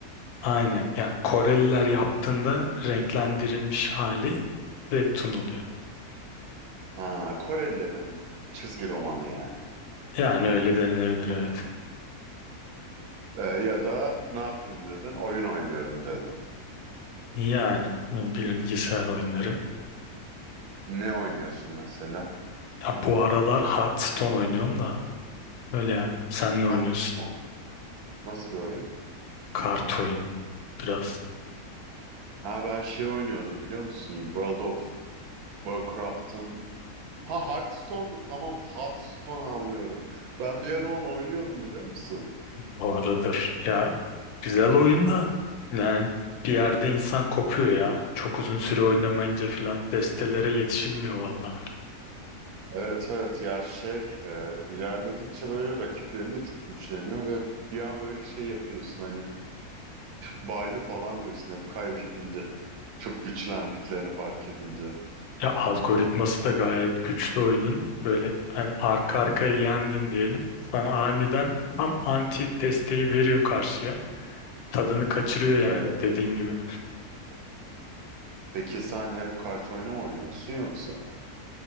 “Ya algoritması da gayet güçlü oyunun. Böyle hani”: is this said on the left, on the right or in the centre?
Left